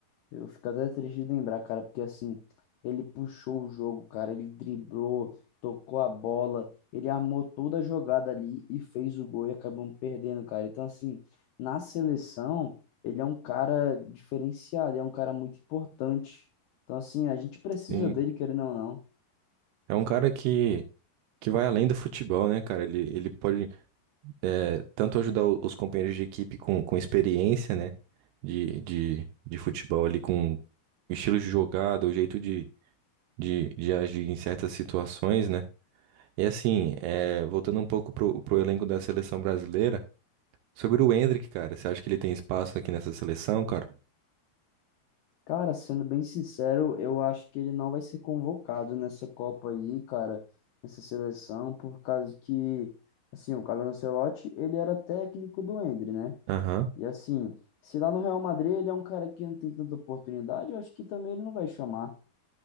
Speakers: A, on the left; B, on the right.
A: Eu fico até triste de lembrar, cara, porque assim, ele puxou o jogo, cara, ele driblou, tocou a bola, ele armou toda a jogada ali e fez o gol e acabamos perdendo, cara. Então, assim, na seleção, ele é um cara diferenciado, é um cara muito importante. Então, assim, a gente precisa
B: E
A: dele, querendo ou não.
B: é um cara que, que vai além do futebol, né, cara? Ele, ele pode é, tanto ajudar o- os companheiros de equipe com, com experiência, né? de, de, de futebol ali com o estilo de jogada, o jeito de, de, de agir em certas situações, né? E assim, é, voltando um pouco pro, pro elenco da seleção brasileira, sobre o Endrick, cara, você acha que ele tem espaço aqui nessa seleção, cara?
A: Cara, sendo bem sincero, eu acho que ele não vai ser convocado nessa Copa aí, cara, nessa seleção, por causa que. Assim, o Carlo Ancelotti, ele era técnico do Endre, né?
B: Aham.
A: E assim, se lá no Real Madrid ele é um cara que não tem tanta oportunidade, eu acho que também ele não vai chamar.